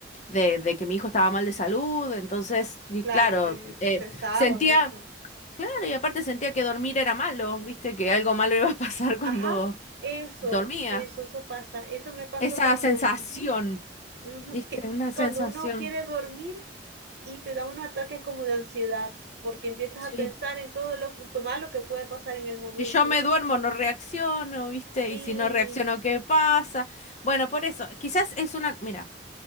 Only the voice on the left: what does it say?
de, de que mi hijo estaba mal de salud, entonces, y
claro,
eh,
sentía,
claro, y aparte sentía que dormir era malo, viste, que algo malo <laughs> iba a pasar cuando
dormía.
Esa
sensación.
¿Viste?
Una sensación,
sí.
Si yo me duermo, no reacciono, ¿viste?
Y si no reacciono, ¿qué pasa? Bueno, por eso, quizás es una, mira,